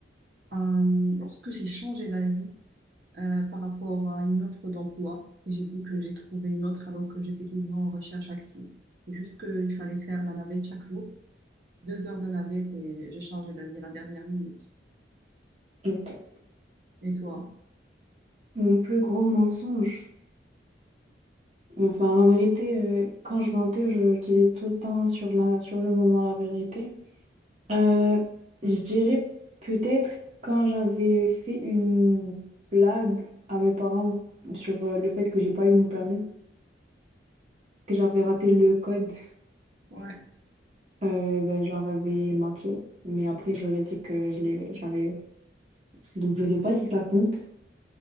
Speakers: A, on the right (about 60°); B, on the right (about 35°).
A: euh, lorsque j'ai changé d'avis. euh, par rapport à une offre d'emploi. Et j'ai dit que j'ai trouvé une autre alors que j'étais toujours en recherche active. C'est juste qu'il fallait faire la navette chaque jour. Deux heures de navette et j'ai changé d'avis à la dernière minute.
B: ok.
A: Et toi?
B: Mon plus gros mensonge. Enfin, la vérité, euh, quand je mentais, je, je disais tout le temps sur la, sur le moment la vérité. Euh, je dirais peut-être quand j'avais fait une blague à mes parents sur euh, le fait que j'ai pas eu mon permis, que j'avais
A: C'est
B: raté
A: ça.
B: le code.
A: Ouais,
B: Euh, ben, je leur avais menti, mais après, je leur ai dit que je l'ai- je l'avais eu. Donc, je sais pas si ça compte.